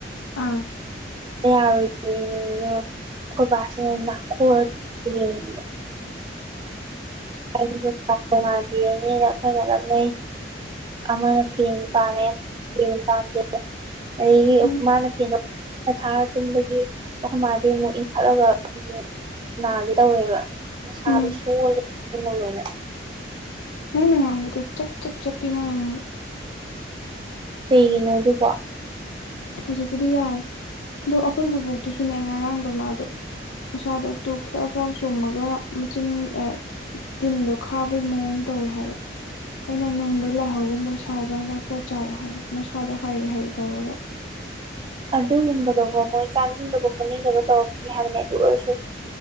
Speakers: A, on the left (about 80°); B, on the right (about 25°).
A: ꯎꯝ
B: <inaudible> ꯑꯩꯈꯣꯏ ꯕꯥꯁꯤꯅ ꯅꯥꯈꯣꯛꯒ ꯇꯨꯝꯃꯤꯅꯦ
A: <unintelligible>
B: <inaudible> ꯑꯩꯈꯣꯏꯒ ꯅꯛꯅꯩ ꯑꯃ ꯐꯦꯟ ꯄꯥꯝꯃꯦ ꯐꯦꯟ ꯄꯥꯝꯗꯦ ꯑꯗꯒꯤ
A: ꯎꯝ
B: ꯃꯥꯅ ꯐꯦꯟꯗꯣ ꯀꯟꯅ ꯊꯥꯔ ꯇꯨꯝꯕꯒꯤ ꯑꯩꯈꯣꯏ ꯃꯥꯗꯤ ꯑꯃꯨꯛ ꯏꯟꯈꯠꯂꯒ ꯑꯃꯨꯛ ꯅꯥꯒꯦ ꯇꯧꯋꯦꯕ ꯃꯁꯥꯗꯣ
A: ꯎꯝ
B: ꯁꯣꯜꯂ <inaudible> ꯂꯣꯏꯅ
A: ꯅꯪꯅ ꯉꯥꯡꯕꯗꯣ ꯆꯞ ꯆꯞ ꯆꯞꯄꯤꯉꯣ ꯑꯃꯨꯛ ꯃꯨꯛ
B: ꯀꯩꯒꯤꯅꯣ ꯑꯗꯨꯕꯣ
A: ꯍꯧꯖꯤꯛꯄꯨꯗꯤ ꯌꯥꯔꯦ ꯑꯗꯣ ꯑꯩꯈꯣꯏ ꯕꯨꯕꯣꯛꯇꯨꯁꯨꯅꯦ ꯉꯔꯥꯡꯗꯣ ꯃꯥꯗꯣ ꯃꯁꯥꯗꯣ ꯇꯨ ꯈ꯭ꯌꯥꯎ ꯈ꯭ꯌꯥꯎ ꯆꯨꯝꯃꯒ ꯃꯆꯤꯟ ꯑ ꯇꯤꯟꯗꯣ ꯈꯥꯕꯒꯤ ꯃꯑꯣꯡ ꯇꯧꯋꯤ ꯍꯥꯏꯕ ꯑꯩꯅ ꯅꯨꯡꯗ ꯂꯥꯏꯍꯧꯒꯨꯝꯕ ꯁꯥꯖꯥꯠꯂ ꯈꯣꯠ ꯆꯥꯜꯂ ꯍꯥꯏꯕ ꯃꯁꯥꯗꯣ ꯍꯥꯏꯔꯤ ꯍꯥꯏꯔꯤ ꯇꯧꯔꯒ
B: ꯑꯗꯨꯒꯨꯝꯕꯗꯣꯀꯣ ꯃꯣꯏ ꯆꯥꯅꯤꯡꯗꯕ ꯈꯣꯠꯅꯤꯡꯗꯕ ꯇꯧꯔꯛꯈꯤꯅꯤ ꯍꯥꯏꯕꯅꯤ ꯑꯗꯨ ꯑꯣꯏꯔꯁꯨ